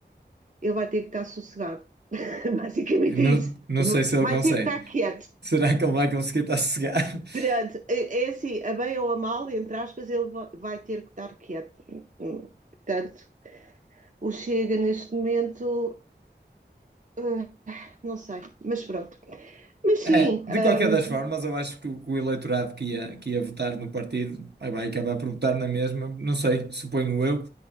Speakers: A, on the right (about 45°); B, on the right (about 65°).
A: Ele vai ter que estar sossegado, <laughs> basicamente
B: Não,
A: é isso.
B: não sei se ele
A: Vai
B: consegue.
A: ter que estar quieto.
B: Será que ele vai conseguir estar sossegado? <laughs>
A: Perante, é, é assim, a bem ou a mal, entre aspas, ele va- vai ter que estar quieto. Hum, Portanto, o Chega neste momento, eh, não sei, mas pronto. Mas sim.
B: É,
A: hum,
B: de qualquer das formas, eu acho que o, que o eleitorado que ia, que ia votar no partido ah, vai acabar por votar na mesma, não sei, suponho eu,